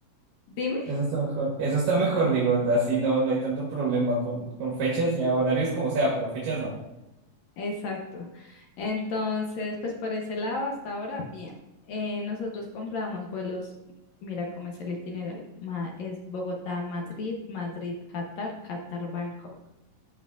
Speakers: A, on the left; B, on the right.
A: Dime.
B: Eso está mejor. Eso está mejor, digo, así no, no hay tanto problema con, con fechas y horarios como sea, pero fechas no.
A: Exacto. Entonces, pues por ese lado, hasta ahora, bien. Eh, nosotros compramos vuelos, mira cómo es el itinerario. Ma- es Bogotá, Madrid, Madrid, Qatar, Qatar, Bangkok.